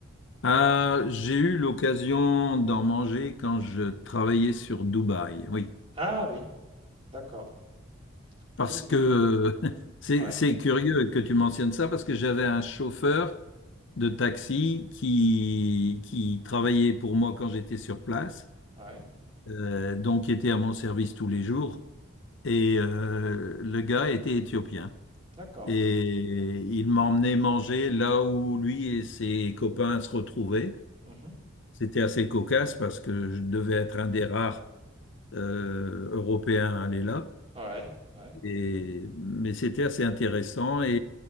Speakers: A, on the left; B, on the right.
A: Ah, j'ai eu l'occasion d'en manger quand je travaillais sur Dubaï. Oui.
B: Ah oui, d'accord.
A: Parce
B: C'est, c'est...
A: que <laughs> c'est
B: Ouais,
A: c'est curieux que tu mentionnes ça, parce que j'avais un chauffeur de taxi qui, qui travaillait pour moi quand j'étais sur place,
B: ouais,
A: euh, donc qui était à mon service tous les jours. Et euh, le gars était éthiopien.
B: d'accord.
A: Et il m'emmenait manger là où lui et ses copains se retrouvaient.
B: Mhm.
A: C'était assez cocasse parce que je devais être un des rares euh, Européens à aller là.
B: Ouais, ouais.
A: Et- mais c'était assez intéressant et